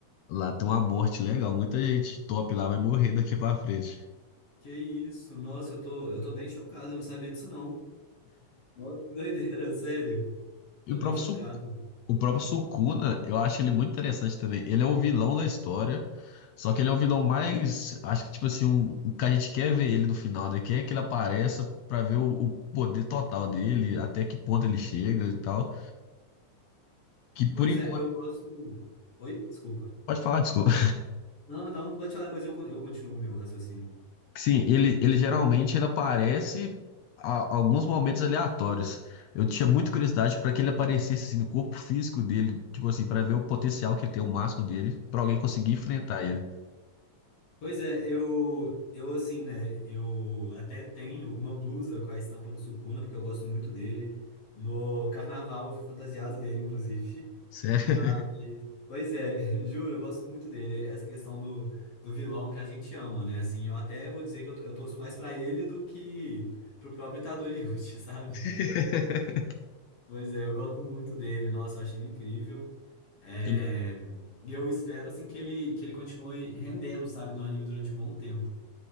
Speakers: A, on the left; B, on the left.
A: lá tem uma morte legal. Muita gente top lá vai morrer daqui pra frente.
B: Que isso? Nossa, eu tô eu tô bem chocado, eu não sabia disso não. Nossa, que doideira, <laughs> sério. Tô
A: E o
B: bem
A: próprio,
B: chocado.
A: Su- o próprio Sukuna, eu acho ele muito interessante também. Ele é o vilão da história. Só que ele é o vilão mais. Acho que, tipo assim, um, o que a gente quer ver ele no final, né? Quer que ele apareça pra ver o, o poder total dele, até que ponto ele chega e tal. Que por
B: Pois
A: enquanto.
B: é, eu gosto. Oi? Desculpa.
A: Pode falar, desculpa.
B: Não, não, pode falar, depois eu, con- eu continuo o meu raciocínio.
A: Sim, ele, ele geralmente ele aparece a, alguns momentos aleatórios. Eu tinha muita curiosidade para que ele aparecesse assim, no corpo físico dele, tipo assim, para ver o potencial que ele tem, o máximo dele, para alguém conseguir enfrentar ele.
B: Pois é, eu, eu assim, né? Eu até tenho uma blusa com a estampa do Sukuna, porque eu gosto muito dele. No carnaval eu fui fantasiado dele, inclusive.
A: Sério?
B: <laughs> Mas, pois é, <laughs> juro, eu gosto muito dele. Essa questão do, do vilão que a gente ama, né? Assim, eu até vou dizer que eu, to- eu torço mais pra ele do que pro próprio Itadori Yuji, <laughs> sabe?
A: <laughs>
B: Pois é, eu gosto muito dele. Nossa, eu acho ele incrível. É,
A: Ele-
B: E eu espero, assim, que ele, que ele continue rendendo, sabe, no anime durante um bom tempo.